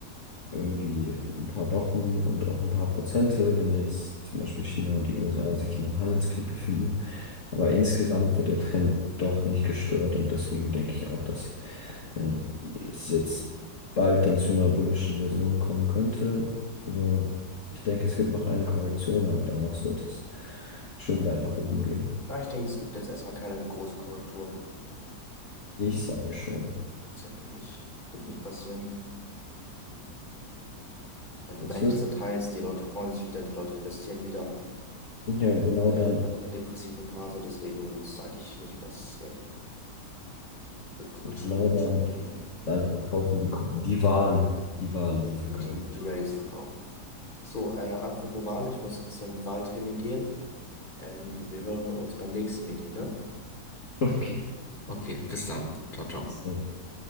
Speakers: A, on the left; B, on the left.
A: irgendwie ein paar Wochen und auch ein paar Prozente, wenn jetzt zum Beispiel China und die USA sich in einem Handelskrieg befinden, aber insgesamt wird der Trend doch nicht gestört und deswegen denke ich auch, dass äh, es jetzt bald dann zu einer bullischen Version kommen könnte. Also ich denke, es gibt noch eine Korrektion, aber danach sollte es schon weit nach oben gehen.
B: Ja, ich denke, es gibt jetzt erstmal keine große Korrektur.
A: Ich sage schon.
B: Ich denke nicht. Wird nicht passieren. Weil die
A: Es
B: Märkte
A: wird,
B: sind heiß, die Leute freuen sich wieder, die Leute investieren wieder.
A: ja, genau
B: Der,
A: dann.
B: nach der depressiven Phase, deswegen wird es, sage ich, nicht passieren. Wird, wird
A: Und
B: schon,
A: genau
B: wird
A: dann,
B: schon gut gehen.
A: dann verkaufen die, Gruppen die Wale, die Wale sie verkaufen.
B: Die, die, die Rails verkaufen. So, äh, apropos Wahl, ich muss jetzt zum Wahltraining gehen. Ähm, wir hören uns beim nächsten Meeting, ne?
A: Okay.
B: Okay, bis dann. Ciao, ciao.
A: Ja.